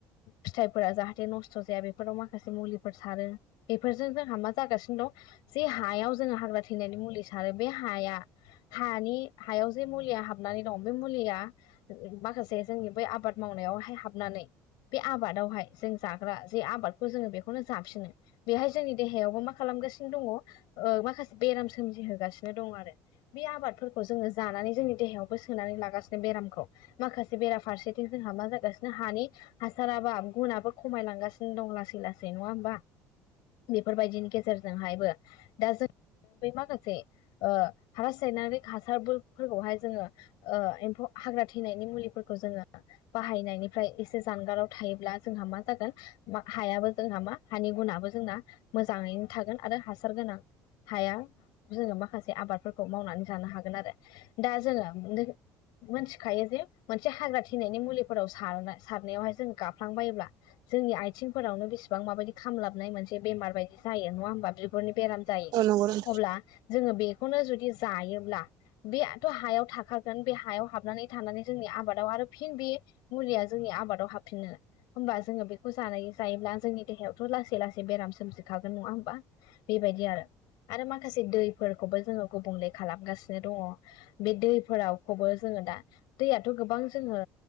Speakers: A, on the left; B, on the right.
A: फिथाइफोरा जाहाथे नस्थ' जाया बे राव माखासे मुलिफोर सारो बेफोरजों जोंहा मा जागासिनो दं ज हायाव जोङो हाग्रा थिनायनि मुलि सारो बे हाया हानि हायाव जे मुलिया हाबनानै दं बे मुलिया माखासे जोंनि बै आबाद मावनायावहाय हाबनानै बे आबादावहाय जों जाग्रा जे आबादखौ जोङो बेखौनो जाफिनो बेहाय जोंनि देहायावबो मा खालामगासिनो दङ माखासे बेराम सोमजिहोगासिनो दङ आरो बे आबादफोरखौ जोङो जानानै जोंनि देहायावबो सोनानै लागासिनो बेरामखौ माखासे बेराफारसेथिं जोंहा मा जागासिनो हानि हासाराबा गुनाबो खमायलांगासिनो दं लासै लासै नङा होमबा बेफोरबायदिनि गेजेरजोंहायबो दा जों बै माखासे रासायनारि हासारफोरखौहाय जोङो एम्फौ हाग्रा थैनायनि मुलिफोरखौ जोङो बाहायनायनिफ्राय एसे जानगाराव थायोब्ला जोंहा मा जागोन हायाबो जोंहा मा हानि गुनाबो जोंना मोजाङैनो थागोन आरो हासार गोनां हाया जोङो माखासे आबादफोरखौ मावनानै जानो हागोन आरो दा जोङो मोनथिखायो जे मोनसे हाग्रा थैनायनि मुलिफोराव सार सारनायावहाय जों गाफ्लांबायोब्ला जोंनि आथिंफोरावनो बेसेबां माबायदि खामलाबनाय मोनसे बेमार बायदि जायो नङा हबा बिगुरनि बेराम जायो
B: औ नंगौ नोंथां
A: अब्ला जोङो बेखौनो जुदि जायोब्ला बेथ' हायाव थाखागोन बे हायाव हाबनानै थानानै जोंनि आबादाव आरो फिन बे मुलिया जोंनि आबादाव हाबफिनो होमबा जोङो बेखौ जानाय जायोब्ला जोंनि देहायावथ' लासै लासै बेराम सोमजिखागोन नङा होमबा बेबायदि आरो आरो माखासे दैफोरखौबो जोङो गुबुंले खालामगासिनो दङ बे दैफोरावखौबो जोङो दा दैयाथ' गोबां जोङो